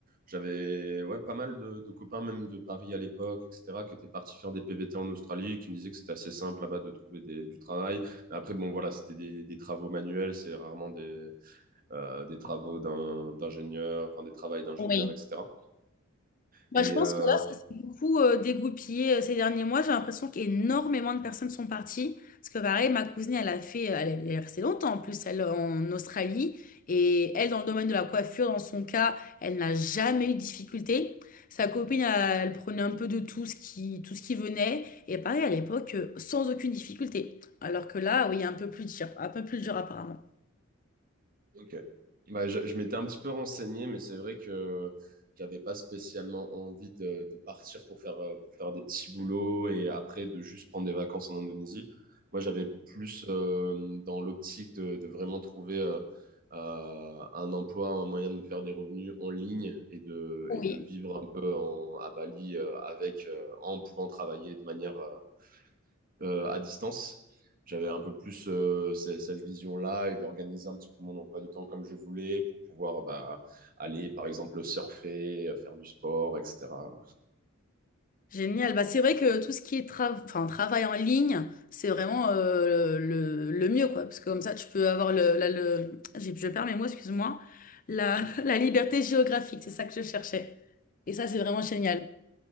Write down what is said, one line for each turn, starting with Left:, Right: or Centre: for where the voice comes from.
Right: J'avais ouais, pas mal de, de copains, même de Paris à l'époque, etc., qui étaient partis faire des PVT en Australie, qui me disaient que c'était assez simple là-bas de trouver des- du travail. Mais après, bon, voilà, c'était des, des travaux manuels, c'est rarement des, euh, des travaux d'un- d'ingénieur, enfin des travails d'ingénieur,
Left: Oui.
Right: etc.
Left: Bah,
Right: Et
Left: je pense
Right: euh,
Left: que là, ça s'est beaucoup euh, dégoupillé euh, ces derniers mois. J'ai l'impression qu'énormément de personnes sont parties. Parce que pareil, ma cousine, elle a fait, elle est elle est restée longtemps en plus, elle en Australie. Et elle, dans le domaine de la coiffure, dans son cas, elle n'a jamais eu de difficulté. Sa copine, elle, elle prenait un peu de tout ce qui, tout ce qui venait. Et pareil, à l'époque, euh, sans aucune difficulté. Alors que là, oui, un peu plus dur, un peu plus dur apparemment.
Right: ok. Bah, je, je m'étais un petit peu renseigné, mais c'est vrai que j'avais pas spécialement envie de, de partir pour faire, euh, pour faire des petits boulots et après de juste prendre des vacances en Indonésie. Moi, j'avais plus euh, dans l'optique de, de vraiment trouver euh, euh, un emploi, un moyen de me faire des revenus en ligne et de,
Left: Oui.
Right: et de vivre un peu en- à Bali euh, avec, euh, en pouvant travailler de manière euh, euh, à distance. J'avais un peu plus euh, cette, cette vision-là et d'organiser un petit peu mon emploi du temps comme je voulais pour pouvoir bah, aller, par exemple, surfer, euh, faire du sport, etc.
Left: Génial. Bah, c'est vrai que tout ce qui est tra- enfin, travail en ligne, c'est vraiment euh, le, le mieux, quoi. Parce que comme ça, tu peux avoir le, la- le... j'ai- Je perds mes mots, excuse-moi. La, <laughs> la liberté géographique, c'est ça que je cherchais. Et ça, c'est vraiment génial.